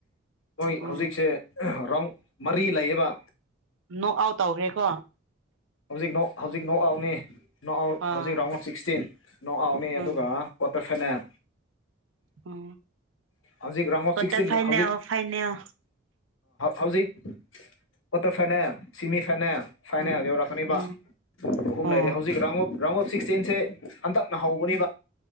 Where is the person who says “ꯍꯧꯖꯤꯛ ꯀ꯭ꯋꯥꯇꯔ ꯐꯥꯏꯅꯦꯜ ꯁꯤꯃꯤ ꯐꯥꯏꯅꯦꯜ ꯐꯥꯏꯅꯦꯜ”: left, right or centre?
Left